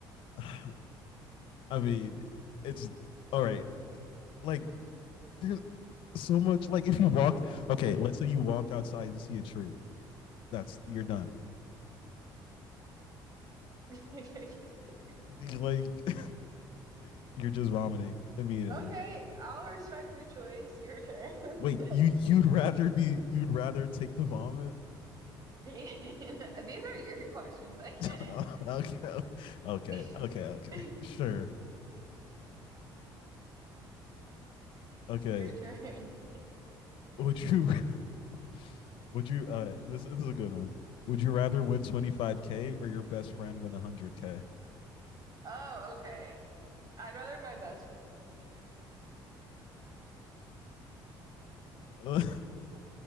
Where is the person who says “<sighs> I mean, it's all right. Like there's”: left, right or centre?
Left